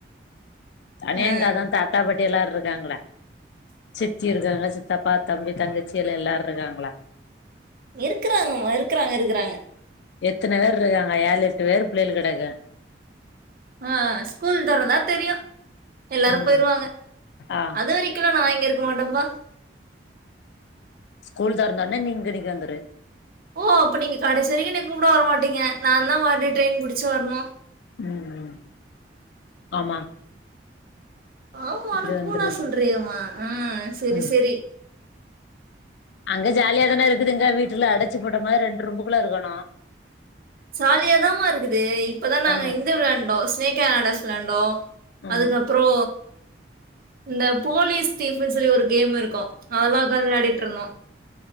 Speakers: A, on the left; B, on the right.
A: தனிய
B: அ
A: எங்க அதா தாத்தாபாட்டி எல்லா இருக்காங்கள சித்தி இருக்காங்க சித்தப்பா தம்பி தங்கச்சியில எல்லாரு இருக்காங்களா
B: இருக்குறாங்கம்மா இருக்குறாங்க இருக்குறாங்க
A: எத்தன பேர் ருக்காங்க ஏழு எட்டு பேர் பிள்ளைகள் கடக்கு
B: அ அ ஸ்கூல் தொறந்தா தெரியு எல்லாரு
A: ம்
B: போயிருவாங்க
A: ஆ
B: அதுவரி கில்லா நா இங்க இருக் மாட்டம்பா
A: ஸ்கூல் தொறந்தோனே நீ இங்கனிக்கி வந்துரு
B: ஓ அப்ப நீங்க கடைசி வரக்கு என்ன கூப்ட வர மாட்டிங்க நாந்தா மறுடி ட்ரெயின் புடுச்சி வர்ணு
A: ம் ம் ஆமா
B: ஆமானு
A: இப்டி
B: கூலா
A: வந்துரு
B: சொல்றியாமா ஆ செரி
A: ம்
B: செரி
A: அங்க ஜாலியாதான இருக்குதுங்க வீட்டுல அடச்சு போட்ட மாரி ரெண்டு ரூம்புக்குள்ள இருக்கணு
B: சாலியாதமா இருக்குது இப்பதா நாங்க
A: ஆ
B: இந்த விளாண்டோ ஸ்னேக் எ லேன்டர்ஸ் வளாயாண்டோ
A: ம்
B: அதுக்கப்புறோ இந்த போலீஸ் தீஃப்ன்னு சொல்லி ஒரு கேம் இருக்கு அதல்லா உக்காந் விளாடிட்ருந்தோ